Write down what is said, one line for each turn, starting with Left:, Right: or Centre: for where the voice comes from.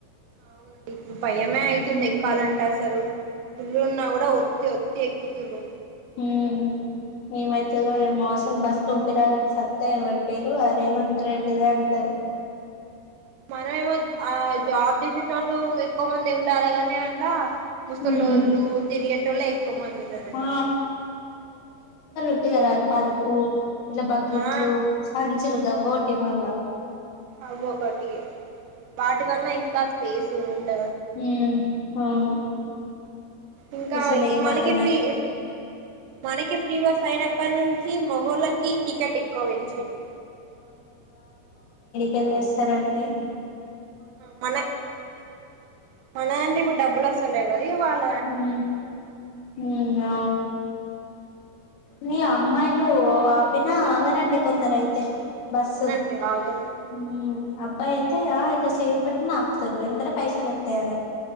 Right: అవునండి ఇప్పుడు భయమే అయితుంది
Left: ఉమ్
Right: ఎక్కాల అసలు పిల్లలు ఉన్నా కూడా ఒత్తి ఒ తేక్కుతురు
Left: మ్మ్ ఏమైతాదొ ఏమో అసలు బస్ లో ఊపిరాడక సత్తా పడిపోయరు ఆ రేవంత్ రెడ్డిదే అంటారు
Right: మరే ఆ జాబ్ చేసేటొళ్ళు ఎక్కువ మంది ఉండాలి కానీ అలా ముసలొళ్ళు
Left: హ్మ్
Right: తిరిగేటొళ్ళు ఎక్కువ మంది ఉండారండి
Left: ఆ అదే కదా ఆ పరుపు ఇంట్లొ బకెట్
Right: ఆ
Left: లు సంచులు అవొటీ మల్లా
Right: అయ్యో ఒకటి వాటి వల్ల ఇంకా స్పేస్ ఉండ
Left: ఉ <inaudible> అవును
Right: ఇంకా
Left: అసలు ఏమ్
Right: మనకి
Left: అవుతున్నట్టు
Right: ఫీ
Left: అయిదు
Right: మనకి ఫ్రీ బస్ అయినప్పటి నుంచి మొగోళ్ళకి టికెట్ ఎక్కువ పెంచిండు
Left: కల్లా వస్తానాని
Right: పోవాలే అంటే ఇప్పుడు డబ్బులు వస్తున్నాయి కదా ఇవాళ
Left: మ్మ్ వునా మీ అమ్మాయిలు ఆపినా ఆగరండి కొందరు అయితే బస్సు
Right: అవునండి ఆగరు
Left: హు అబ్బాయి తయ ఇట్లా చెయ్యిఉపటికనే ఆపుతారు ఎంతంటే పైసలు వత్తయని